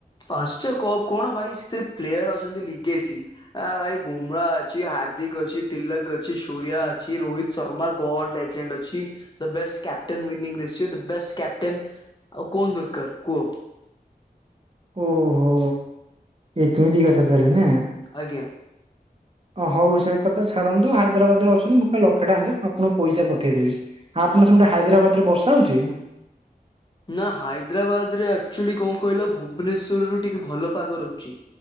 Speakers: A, on the left; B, on the right.
A: ପାଞ୍ଚଟା କପ୍ କଣ ଭାଇ ସେଥିରେ ପ୍ଲେୟାର ଅଛନ୍ତି ଲିଗେସି ଆ ଭାଇ ବୁମ୍ରା ଅଛି ହାର୍ଦ୍ଦିକ ଅଛି ତିଲକ୍ ଅଛି ସୂରୟା ଅଛି ରୋହିତ ଶର୍ମା ଗଡ୍ ଲେଜେଣ୍ଡ୍ ଅଛି। The best captain winning the best captain ଆଉ କନ୍ ଦରକାର୍ କୁହ।
B: ଓହୋ ଏତେମି କଥା ତାହେଲେ ନା।
A: ଆଜ୍ଞା।
B: ହଉ ସେ କଥା ଛାଡ଼ନ୍ତୁ ହାଇଦ୍ରାବାଦ ରେ ଅଛନ୍ତି ମୋ ପାଇଁ ଲକ୍ଷେ ଟଙ୍କା ଦିଅନ୍ତୁ ମୁଁ ଆପଣଙ୍କୁ ପଇସା ପଠେଇଦେବି। ଆପଣ ସେଠେ ହାଇଦ୍ରାବାଦ୍ ରେ ବର୍ଷା ହଉଚି?
A: ନା ହାଇଦ୍ରାବାଦରେ ଆକ୍ଚୁଆଲି କଣ କହିଲ ଭୁବନେଶ୍ଵର ରୁ ଟିକେ ଭଲ ପାଗ ରହୁଚି।